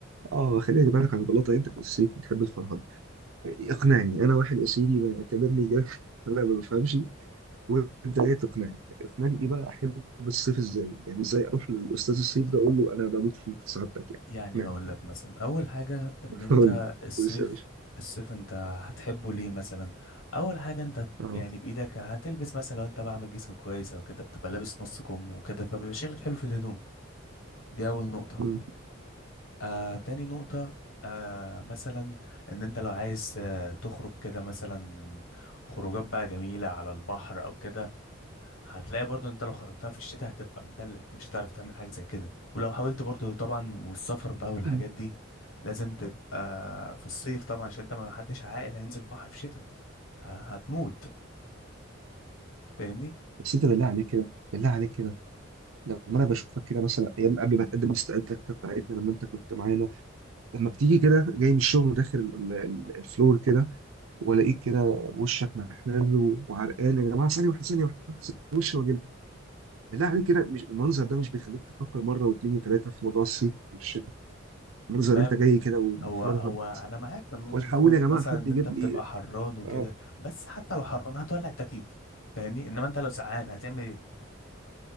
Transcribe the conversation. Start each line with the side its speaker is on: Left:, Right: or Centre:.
Right: اه خلينا نجيبها لك على بلاطه انت في الصيف بتحب الفرهده اقنعني انا واحد يا سيدي ما اعتبرني جاهل، <laughs> انا ما بفهمش وانت جاي تقنعني اقنعني ايه بقى احب الصيف ازاي يعني ازاي اروح للاستاذ الصيف ده اقول له انا بموت فيه في سعادتك يعني
Left: يعني
Right: اقنعني
Left: هقول لك مثلا اول حاجه ان
Right: <laughs>
Left: انت
Right: قول لي
Left: الصيف
Right: بص يا باشا
Left: الصيف انت هتحبه ليه مثلا اول حاجه انت
Right: اه
Left: يعني بايدك هتلبس مثلا لو انت بعمل جسم كويس او كده بتبقى لابس نص كم وكده فبيبقى شكلك حلو في الهدوم دي اول نقطه
Right: مم.
Left: آه تاني نقطه آه مثلا ان انت لو عايز آه تخرج كده مثلا خروجات بقى جميله على البحر او كده هتلاقي برضو انت لو خرجتها في الشتاء هتبقى متلج مش هتعرف تعمل حاجة زي كده ولو حاولت برضو طبعا والسفر بقى والحاجات
Right: مم.
Left: دي لازم تبقى في الصيف طبعا عشان انت ما حدش عاقل هينزل بحر في شتاء ه- هتموت فاهمني
Right: بس انت بالله عليك كده بالله عليك كده لما انا بشوفك كده مثلا ايام قبل ما تقدم استقالتك بتاعتنا لما انت كنت معانا لما بتيجي كده جاي من الشغل وداخل ال- ال- الفلور كده والاقيك كده وشك محمر و- وعرقان يا جماعه ثانيه واحده ثانيه واحده بغسل وشي واجي لكم. بالله عليك كده مش المنظر ده مش بيخليك تفكر مره واثنين وثلاثه في موضوع الصيف والشتاء المنظر
Left: تمام
Right: انت جاي كده ومفرهد
Left: هو هو انا معاك في النقطة
Right: والحقوني
Left: دي في نقطة
Right: يا جماعه
Left: مثلا
Right: حد
Left: ان
Right: يجيب
Left: انت بتبقى
Right: لي
Left: حران وكده
Right: آه،
Left: بس حتى لو حران هتولع التكييف فاهمني انما انت لو سقعان هتعمل ايه